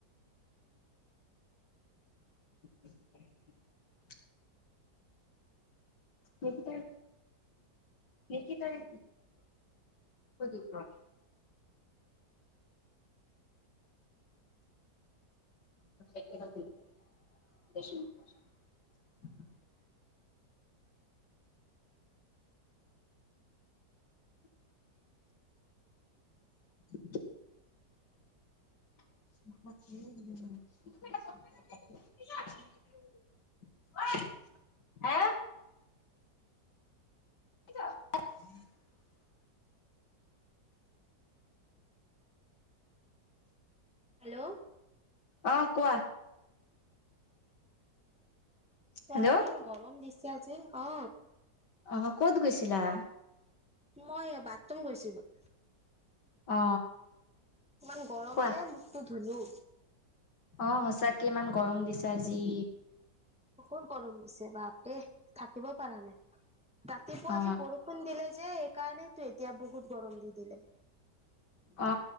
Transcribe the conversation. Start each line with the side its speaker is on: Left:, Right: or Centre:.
Left: উ নকিতাই নকিতায়ে <unintelligible> <unintelligible> <unintelligible> <unintelligible> হা, <unintelligible>
Centre: হেল্ল',
Left: অ কোৱা।
Centre: তই
Left: হেল্ল'
Centre: ইমান গৰম দিছে আজি অ।
Left: অহ কত গৈছিলা?
Centre: মই বাথৰুম গৈছিলো।
Left: অ।
Centre: ইমান গৰম
Left: কোৱা
Centre: যে মুখটো ধুলো।
Left: অ সঁচাকে ইমান গৰম দিছে আজি।
Centre: বহুত গৰম দিছে, বাপ ৰে থাকিবও পৰা নাই। ৰাতিপুৱা
Left: অ
Centre: যে বৰষুণ দিলে যে, সেইকাৰনেটো এতিয়া বহুত গৰম দি দিলে।
Left: অ